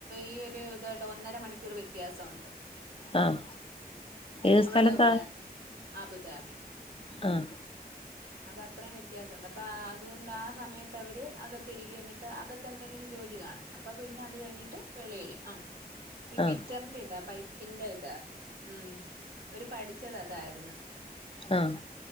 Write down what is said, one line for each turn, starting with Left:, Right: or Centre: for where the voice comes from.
Right: ഈ ഒരു ഇതായിട്ട ഒന്നര മണിക്കൂർ വരും ത്യാസോണ്ട്
Left: ആഹ് ഏത്
Right: അവിടെ
Left: സ്ഥലത്താ
Right: ഇവിടേൻ അബുദാബി
Left: ആഹ്
Right: അപ്പൊ അത്രേം വ്യത്യാസംണ്ട് അപ്പൊ ആഹ് അതുകൊണ്ട് ആഹ് സമയത്ത് അവര് അകത്തിരിക്ക എന്നിട്ട് അകത്തെ എന്തങ്കിലു ജോ ജോലി കാണും അപ്പൊ പിന്നെ അത് കഴിഞ്ഞിട്ട് വെളിയില് ആഹ് ഈ ഫിറ്ററിന്റെ
Left: ആഹ്
Right: ഇതാ പൈപ്പിന്റെ ഇതാ ഉം ഒരു പഠിച്ചത് അതായി ര്ന്ന്
Left: ആഹ്